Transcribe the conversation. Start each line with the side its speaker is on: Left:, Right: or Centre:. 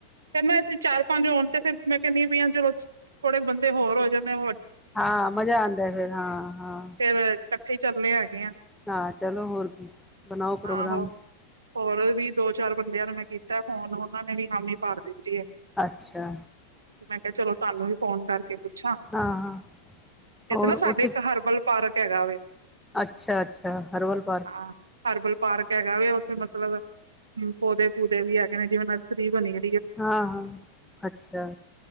Right: ਫਿਰ ਨਾ ਅਸੀਂ ਚਾਰ ਪੰਜ ਹੋਣ ਤੇ ਫੇਰ ਮੈਂ ਕਹਿੰਨੀ ਆ ਵੀ <unintelligible> ਥੋੜੇ ਬੰਦੇ ਹੋਰ ਹੋ ਜਾਂਨੇ
Centre: ਹਾਂ ਮਜ਼ਾ ਆਂਦਾ ਫੇਰ ਹਾਂ ਹਾਂ
Right: ਫੇਰ ਇਕੱਠੇ ਚੱਲੇ ਹੈਗੇ ਆ
Centre: ਹਾਂ ਚਲੋ ਹੋਰ ਕੀ ਬਨਾਓ ਪ੍ਰੋਗਰਾਮ,
Right: ਆਹੋ ਹੋਰ ਵੀ ਦੋ ਚਾਰ ਬੰਦਿਆਂ ਨੂੰ ਮੈਂ ਕੀਤੇ ਫੋਨ ਉਹਨਾਂ ਨੇ ਵੀ ਹਾਮੀ ਭਰ ਦਿੱਤੀ ਏ,
Centre: ਅੱਛਾ,
Right: ਤੇ ਮੈਂ ਕਿਹਾ ਚਲੋ ਤੁਹਾਨੂੰ ਵੀ ਫੋਨ ਕਰਕੇ ਕੇ ਪੁੱਛਾਂ
Centre: ਹਾਂ ਹਾਂ
Right: ਏਥੇ
Centre: ਹੋਰ
Right: ਨਾ ਸਾਡੇ
Centre: ਉੱਥੇ
Right: ਇੱਕ ਹਰਬਲ ਪਾਰਕ, ਹੈਗਾ ਵੇ
Centre: ਅੱਛਾ ਅੱਛਾ ਹਰਵਲ ਪਾਰਕ
Right: ਹਾਂ ਹਰਬਲ ਪਾਰਕ ਹੈਗਾ ਵੇ ਉੱਥੇ ਮਤਲਬ ਪੌਦੇ ਪੂਦੇ ਵੀ ਹੈਗੇ ਨੇ ਜਿਵੇਂ ਨਰਸਰੀ ਬਣੀ ਆ
Centre: ਹਾਂ ਹਾਂ ਅੱਛਾ